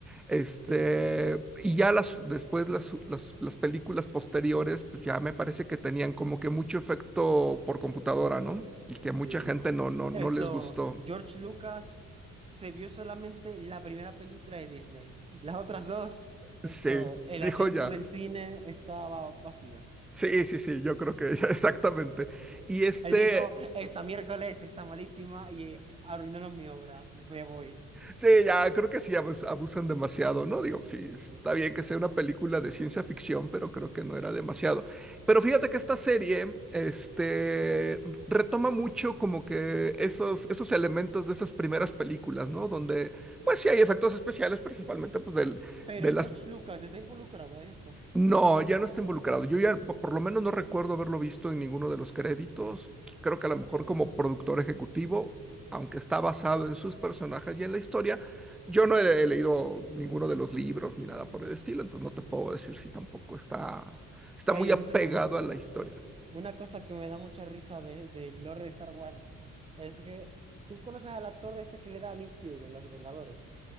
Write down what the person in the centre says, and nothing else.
Este,
y ya las, después las, las, las películas posteriores, pues ya me parece que tenían como que mucho efecto por computadora, ¿no? Y que a mucha
gente no, no, no
les gustó.
Sí,
dijo
ya.
Sí, sí, sí, yo creo que <laughs> ya, exactamente. Y este,
Sí, ya creo que sí abus- abusan demasiado, ¿no? Digo, sí, sí, está bien que sea una película de ciencia ficción, pero creo que no era demasiado. Pero fíjate que esta serie, este, retoma mucho como que esos, esos elementos de esas primeras películas, ¿no? Donde, pues sí hay efectos especiales, principalmente pues, del-
de las
no, ya no está involucrado. Yo ya po- por lo menos no recuerdo haberlo visto en ninguno de los créditos. Qu- Creo que a
lo mejor como productor ejecutivo, aunque está basado en sus personajes y en la historia, yo no he, he leído ninguno de los libros ni nada por el estilo, entonces no te puedo decir si tampoco está, está
muy
apegado
a la historia.